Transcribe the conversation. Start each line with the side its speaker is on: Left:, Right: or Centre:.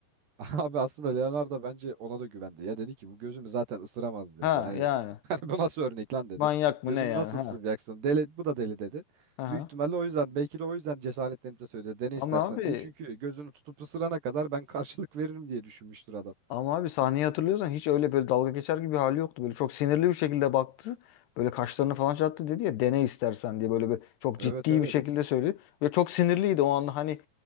Right: <laughs> Abi aslında Leonardo bence ona da güvendi. Ya dedi ki bu gözümü zaten ısıramaz dedi.
Left: Ha
Right: Hani
Left: yani
Right: <laughs> hani bu nasıl örnek lan dedi.
Left: manyak mı
Right: Gözümü
Left: ne yani
Right: nasıl
Left: ha.
Right: ısıracaksın? Deli, bu da deli dedi.
Left: Aha.
Right: Büyük ihtimalle o yüzden belki de o yüzden cesaretlenip de söyledi. Dene
Left: Ama
Right: istersen
Left: abi
Right: diye. Çünkü gözünü tutup ısırana kadar ben karşılık veririm diye düşünmüştür adam.
Left: Ama abi sahneyi hatırlıyorsan hiç öyle böyle dalga geçer gibi bir hali yoktu. Böyle çok sinirli bir şekilde baktı. Böyle kaşlarını falan çattı dedi ya dene istersen diye böyle bir çok
Right: Evet
Left: ciddi
Right: evet.
Left: bir şekilde söyledi. Ve çok sinirliydi o anda hani